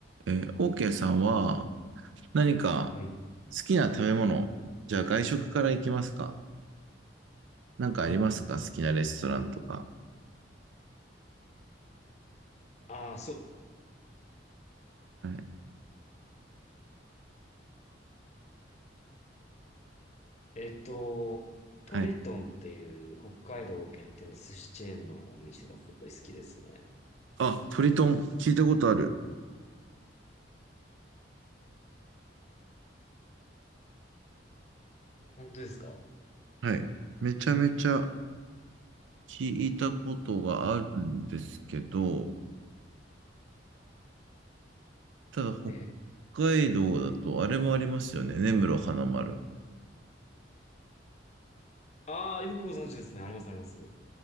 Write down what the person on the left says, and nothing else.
はい。
ああ、そう。
えっと、
トリトンっていう北海道限定の寿司チェーンのお店がすごい好きですね。
本当ですかね
ええ。
ああ、よくご存知ですね。あります、あります。